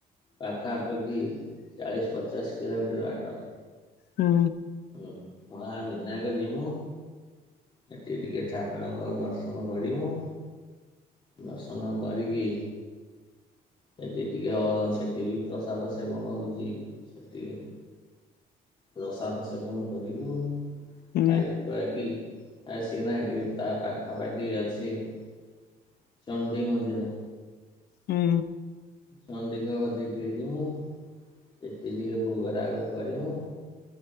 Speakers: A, on the left; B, on the left.
A: ପାଖାପାଖି ଚାଳିଶ ପଚାଶ କିଲୋମିଟର ବାଟ।
B: ହଁ।
A: ଉ ମହା ବିନାୟକ ଯିବୁ। ସେଠି ଟିକେ ଠାକୁରଙ୍କୁ ଦର୍ଶନ କରିବୁ। ଦର୍ଶନ କରିକି ସେଠି ଟିକେ ଅ ସେଠି ବିି ପ୍ରସାଦ ସେବନ ହଉଚି ସେତିକି ପ୍ରସାଦ ସେବନ କରିବୁ
B: ହୁଁ
A: ଖାଇ ଖୁଆଇ କି ଆସିନା ଏଠି ତା ପାଖାପାଖି ଅଛି <unintelligible> ଚଣ୍ଡୀମନ୍ଦିର।
B: ହୁଁ।
A: ଚଣ୍ଡୀଙ୍କ କତିକି ଟିକେ ଯିବୁ ସେଠି ଟିକେ ଭୋଗରାଗ କରିବୁ